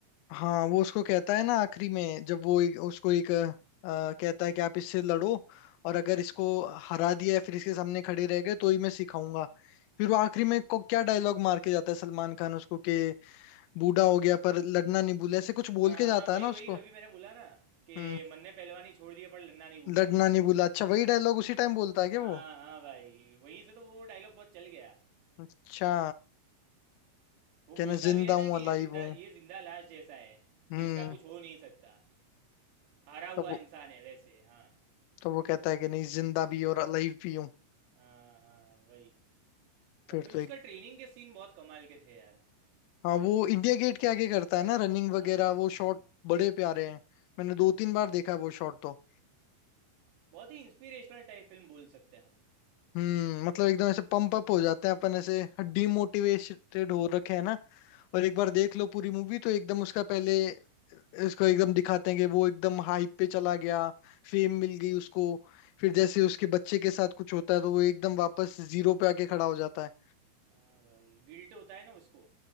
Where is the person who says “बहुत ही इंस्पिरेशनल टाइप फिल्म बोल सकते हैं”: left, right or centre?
Right